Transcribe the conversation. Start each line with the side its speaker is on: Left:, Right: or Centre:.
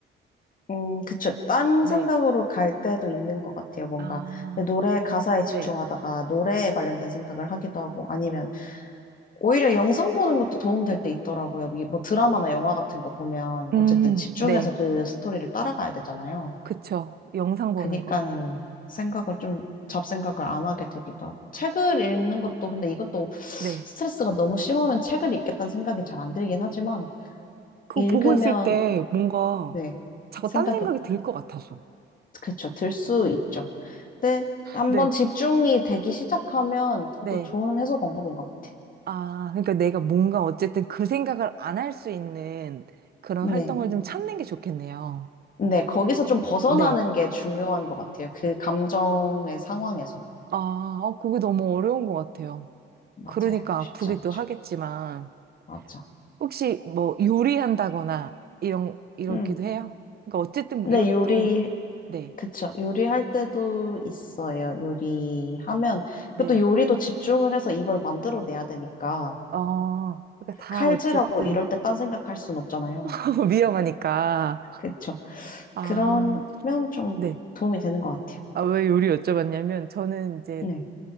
Left: 음, 그쵸. 딴
Right: 네.
Left: 생각으로 갈 때도 있는 것 같아요. 뭔가
Right: 아,
Left: 노래 가사에 집중하다가
Right: 네.
Left: 노래에 관련된 생각을 하기도 하고 아니면 오히려 영상 보는 것도 도움 될 때 있더라고요. 이- 뭐 드라마나 영화 같은 거 보면
Right: 음,
Left: 어쨌든 집중해서
Right: 네.
Left: 그 스토리를 따라가야 되잖아요.
Right: 그쵸. 영상 보는
Left: 그니까
Right: 거.
Left: 생각을 좀 잡생각을 안 하게 되기도 하고 책을 읽는 것도 근데 이것도
Right: 네.
Left: 스트레스가 너무 심하면 책을 읽겠다는 생각이 잘 안 들긴 하지만
Right: 그거
Left: 읽으면
Right: 보고 있을 때 뭔가
Left: 네.
Right: 자꾸
Left: 생각이
Right: 딴 생각이 들 것 같아서.
Left: 그렇죠. 들 수 있죠. 근데 한번
Right: 네.
Left: 집중이 되기 시작하면 그것도
Right: 네.
Left: 좋은 해소 방법인 것 같아요.
Right: 아, 그러니까 내가 뭔가 어쨌든 그 생각을 안 할 수 있는 그런
Left: 네.
Right: 활동을 좀 찾는 게 좋겠네요.
Left: 네, 거기서 좀 벗어나는
Right: 네.
Left: 게 중요한 것 같아요. 그 감정의 상황에서.
Right: 아, 어, 그게 너무 어려운 것 같아요.
Left: 맞아요.
Right: 그러니까
Left: 쉽지
Right: 아프기도
Left: 않죠.
Right: 하겠지만,
Left: 맞아.
Right: 혹시 뭐 요리한다거나, 이런, 이러기도
Left: 음.
Right: 해요? 그러니까 어쨌든
Left: 네,
Right: 뭐 이것도,
Left: 요리,
Right: 네,
Left: 그쵸. 요리할 때도 있어요. 요리하면.
Right: 네.
Left: 그것도 요리도 집중을 해서 이걸 만들어내야 되니까.
Right: 어, 그러니까 다
Left: 칼질하고
Right: 어쨌든
Left: 이럴 때 딴 생각할 순 없잖아요.
Right: <laughs> 위험하니까.
Left: 그쵸.
Right: 아,
Left: 그러면 좀
Right: 네.
Left: 도움이 되는 것 같아요.
Right: 아, 왜 요리 여쭤봤냐면, 저는 이제
Left: 네.